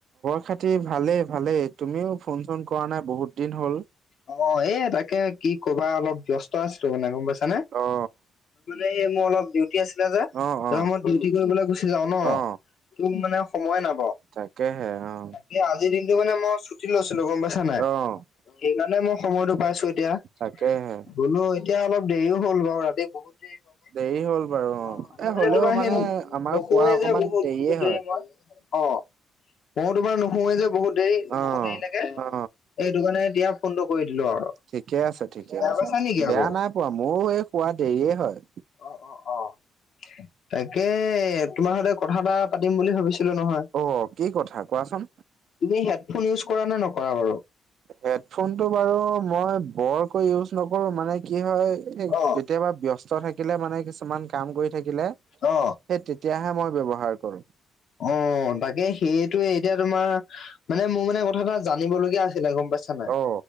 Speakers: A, on the right; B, on the left.
A: খবৰ খাতি ভালেই-ভালেই তুমিও ফোন চোন কৰা নাই বহুত দিন হ'ল।
B: অ', এই তাকে কি কবা অলপ ব্যস্ত আছিলোঁ মানে গম পাইছানে।
A: অ
B: এই মোৰ অলপ ডিউটি আছিলে যে
A: অ অ
B: মই ডিউটি কৰিবলৈ গুচি যাওঁ ন'।
A: অ
B: তোৰ মানে সময়ে নাপাওঁ,
A: তাকেহে অ
B: তাকে আজিৰ দিনটো মানে মই ছুটি লৈছিলোঁ গম পাইছা নাই।
A: অ'
B: সেইকাৰণে মই সময়তো পাইছোঁ এতিয়া
A: তাকেহে
B: বোলো এতিয়া অলপ দেৰিও হ'ল বাৰু ৰাতি বহুত দেৰি হ'ল।
A: দেৰি বাৰু
B: অ' মই
A: এ
B: মানে
A: হ'লেও
B: তোমাৰ সেই নুশুৱে
A: আমাৰ খোৱা অকমান
B: যে বহুত-বহুত
A: দেৰিয়ে হয়
B: দেৰি মই। অ' ময়ো তোমাৰ নুশুৱেই যে বহুত দেৰি
A: অ
B: বহুত দেৰিলৈকে
A: অ
B: এইটো কাৰণে এতিয়া ফোনটো কৰি দিলোঁ আৰু
A: ঠিকে আছে ঠিকে
B: বেয়া
A: আছে
B: পাইছা নেকি
A: বেয়া
B: আকৌ?
A: নাই পোৱা ময়ো এই শুৱা দেৰিয়ে হয়।
B: অ'-অ'অ' তাকে তোমাৰ সৈতে কথা এটা পাতিম বুলি ভাবিছিলোঁ নহয়।
A: অ' কি কথা কোৱাচোন।
B: তুমি হেডফোন ইউজ কৰা নে নকৰা বাৰু?
A: হেডফোনটো বাৰু মই বৰকৈ ইউজ নকৰোঁ মানে কি হয় কেতিয়াবা
B: অ',
A: ব্যস্ত থাকিলে মানে কিছুমান কাম কৰি থাকিলে,
B: অ
A: সেই তেতিয়াহে মই ব্যৱহাৰ কৰোঁ।
B: অ' তাকে সেইটো এতিয়া তোমাৰ মানে মোৰ মানে কথা এটা জানিবলগীয়া আছিলে গম পাইছা নাই।
A: অ